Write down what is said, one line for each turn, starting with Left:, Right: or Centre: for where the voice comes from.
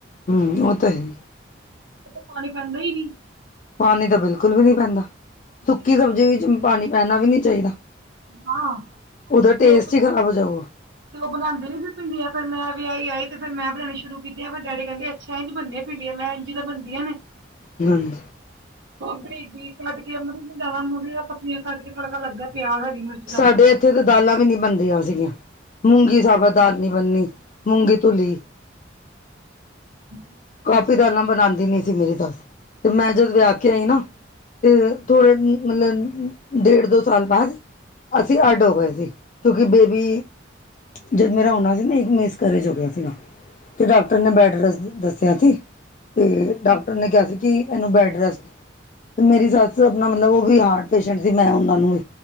Left: ਹਮ ਉਹ ਤਾਂ ਹੀ
Right: ਤੇ ਪਾਣੀ ਪੈਂਦਾ ਹੀ ਨੀ
Left: ਪਾਣੀ ਤਾਂ ਬਿਲਕੁਲ ਵੀ ਨਹੀਂ ਪੈਂਦਾ
Right: ਬਿਲਕੁਲ
Left: ਸੁੱਕੀ ਸਬਜ਼ੀ ਵਿੱਚ ਪਾਣੀ ਪੈਣਾ ਵੀ ਨਹੀਂ ਚਾਹੀਦਾ
Right: ਹਾਂ
Left: ਉਹਦਾ
Right: ਤੇ
Left: ਟੇਸਟ
Right: ਉਹ
Left: ਹੀ ਖ਼ਰਾਬ ਹੋ ਜਾਊਗਾ
Right: ਤੇ ਉਹ ਬਣਾਉਂਦੀ ਨਹੀਂ ਸੀ ਪੀਂਦੀਆ ਫਿਰ ਮੈਂ ਵੀ ਵਿਹਾਇ ਆਈ ਤੇ ਫਿਰ ਮੈਂ ਬਉਣੀ ਸ਼ੁਰੂ ਕੀਤੀ ਆ ਫਿਰ ਡੈਡੀ ਕਹਿੰਦੀ ਸ਼ਹਿਦ ਬਣਦੀਆਂ ਪਿੰਡੀਆਂ ਮੈਂਣ ਜੀ ਤਾਂ ਬਣਦੀਆਂ ਨੇ,
Left: ਹਾਂਜੀ,
Right: ਬਰੀਕ ਬਰੀਕ ਕੱਟ ਕੇ ਮਤਲਬ, ਜਿਆਦਾ ਮੁ ਪਤੀਆਂ ਕੱਟ ਕੇ ਤੜਕਾ ਲੱਗਾ ਪਿਆ ਹਰੀ ਮਿਰਜ।
Left: ਸਾਡੇ ਇੱਥੇ ਤਾਂ ਦਾਲਾਂ ਵੀ ਨੀ ਬਣਦੀਆਂ ਸੀਗੀਆਂ, ਮੂੰਗੀ ਸਾਬਤ ਦਾਲ ਨੀ ਬਣਦੀ। ਮੂੰਗੀ ਤੁਲੀ
Right: ਹਮ
Left: ਕਾਫੀ ਦਾਲਾਂ ਬਣਾਉਂਦੀ ਨੀ ਸੀ। ਮੇਰੀ ਸੱਸ ਤੇ ਮੈਂ ਜਦੋਂ ਵਿਆਹ ਕੇ ਆਈ ਨਾ ਤੇ ਥੋੜਾ ਮਤਲਬ ਡੇਢ ਦੋ ਸਾਲ ਬਾਅਦ ਅਸੀਂ ਅੱਡ ਹੋ ਗਏ ਸੀ। ਕਿਉਂਕਿ ਬੇਬੀ ਜਦ ਮੇਰਾ ਹੋਣਾ ਸੀ। ਨਾ ਇੱਕ ਮਿਸ ਕਰੇਜ ਹੋ ਗਿਆ ਸੀਗਾ। ਤੇ ਡਾਕਟਰ ਨੇ ਬੈਡ ਰੈਸਟ ਦੱਸਿਆ ਸੀ ਅਤੇ ਡਾਕਟਰ ਨੇ ਕਿਹਾ ਸੀ ਕਿ ਇਹਨੂੰ ਬੈਡ ਰੈਸਟ ਤੇ ਮੇਰੀ ਸੱਸ ਆਪਣਾ ਮਤਲਬ ਉਹ ਵੀ ਹਾਰਟ ਪੇਸ਼ੈਂਟ ਸੀ। ਮੈਂ ਉਹਨਾਂ ਨੂੰ ਵੀ